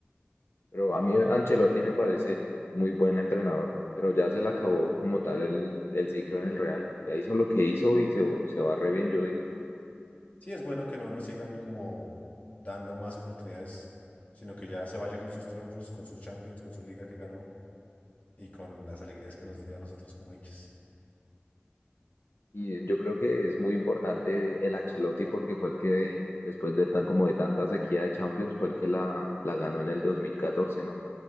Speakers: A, on the left; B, on the left.
A: Pero a mí Ancelotti me parece muy buen entrenador. Pero ya se le acabó como tal el, el ciclo en el Real. Ya hizo lo que hizo y se, se va re bien, yo digo.
B: Sí, es bueno que no lo sigan como dando más oportunidades, sino que ya se vaya con sus triunfos, con sus Champions, con su liga que ganó y con las alegrías que nos dio a nosotros como hinchas.
A: Y yo creo que es muy importante el Ancelotti porque fue el que, después de tan como de tanta sequía de Champions, fue el que la, la ganó en el dos mil catorce ¿no?